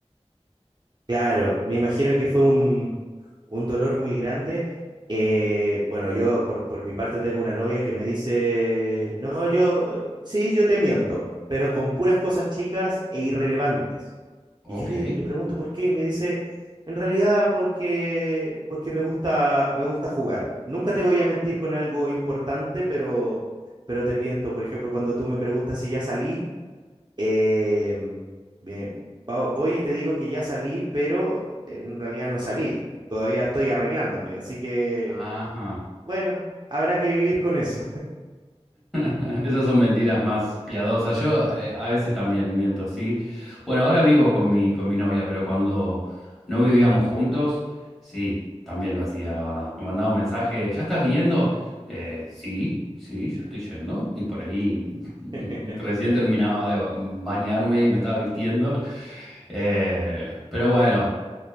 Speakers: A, on the right; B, in the centre.
A: claro, me imagino que fue un, un dolor muy grande. Eh, bueno, yo por, por mi parte tengo una novia que me dice, no, yo, eh, sí, yo te miento, pero con puras cosas chicas e irrelevantes.
B: Ok.
A: Y yo le, y le pregunto por qué y me dice, en realidad porque, porque me gusta, me gusta jugar. Nunca te voy a mentir con algo importante, pero, pero te miento. Por ejemplo, cuando tú me preguntas si ya salí. Eh, bien, va- voy y te digo que ya salí, pero en realidad no salí. Todavía estoy arreglándome, así que,
B: Ajá.
A: bueno, habrá que vivir con eso.
B: <laughs> Esas son mentiras más piadosas. Yo eh, a veces también miento así. Bueno, ahora vivo con mi, con mi novia, pero cuando no vivíamos juntos, sí, también lo hacía, la verdad. Me mandaba un mensaje, ¿ya estás viniendo? Eh, sí, sí, ya estoy yendo. Y por ahí <laughs>
A: <laughs>
B: recién terminaba de ba- bañarme y me estaba vistiendo. Eh, pero bueno.